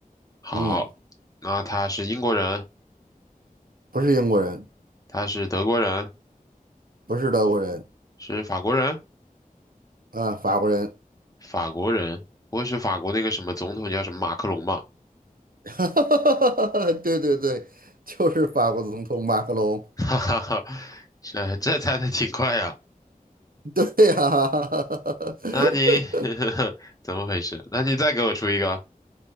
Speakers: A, on the left; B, on the right.
A: 好，
B: 嗯，
A: 那他是英国人。
B: 不是英国人，
A: 他是德国人，
B: 不是德国人，
A: 是法国人，
B: 啊、法国人，
A: 法国人，不会是法国那个什么总统叫什么马克龙吧？
B: <laughs> 哈哈哈哈哈，对对对，就是法国总统马克龙，
A: <laughs> 哈哈哈，这这猜的挺快呀、
B: <laughs> 对呀、<laughs>
A: 那你 <laughs> 怎么回事？那你再给我出一个。